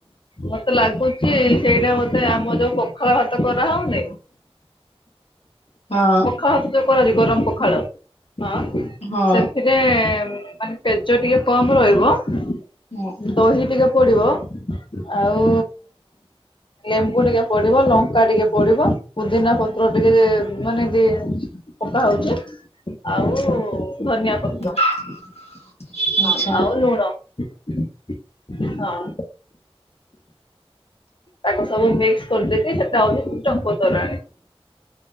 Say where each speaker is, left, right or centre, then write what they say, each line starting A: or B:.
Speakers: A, on the left; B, on the left.
A: ମତେ ଲାଗୁଚି, ସେଇଟା ବୋଧେ ଆମ ଯୋଉ ପଖାଳ ଭାତ କରାହଉନି।
B: ହଁ
A: ପଖାଳ ଭାତ ଯୋଉ କରାଉଚି, ଗରମ ପଖାଳ ହଁ,
B: ହଁ
A: ସେଥିରେ ମାନେ। ପେଜ ଟିକେ କମ୍ ରହିବ। <inaudible>
B: ହଁ
A: ଦହି ଟିକେ ପଡିବ, ଆଉ ଲେମ୍ବୁ ଟିକେ ପଡିବ, ଲଙ୍କା ଟିକେ ପଡିବ, ପୁଦିନା ପତ୍ର ଟିକେ- ମାନେ, ଦେ। ପକା ହଉଚି, ଆଉ ଧନିଆ ପତ୍ର।
B: <inaudible> ଆଚ୍ଛା
A: ହଁ ଆଉ ଲୁଣ <inaudible> ହଁ। ତାକୁ ସବୁ ମିକ୍ସ କରି ଦେଇକି, ସେଟା ହୋଇଛି ଟଙ୍କ ତରାଣି।